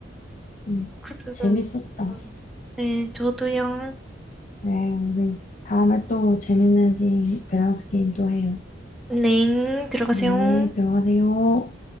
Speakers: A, on the left; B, in the centre.
A: 음,
B: 그래서,
A: 재밌었다.
B: 음. 네, 저도요.
A: 네, 우리 다음에 또 재밌는 게임, 밸런스 게임도 해요.
B: 넹, 들어가세요.
A: 네, 들어가세요.